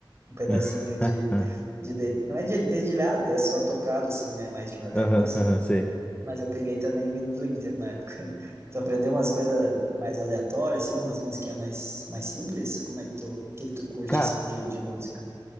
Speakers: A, on the right; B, on the left.
A: um pedacinho
B: <laughs>
A: de... de, de não é de dedilhado, é só tocado, assim, né, mais devagarinho,
B: Aham,
A: assim,
B: aham, sei.
A: mas eu peguei também o hino do Inter na época. <laughs> Tu aprendeu umas coisas mais aleatórias, assim, umas musiquinhas mais, mais simples? Como é que tu, o que que tu curte,
B: Cara,
A: assim, de, de música?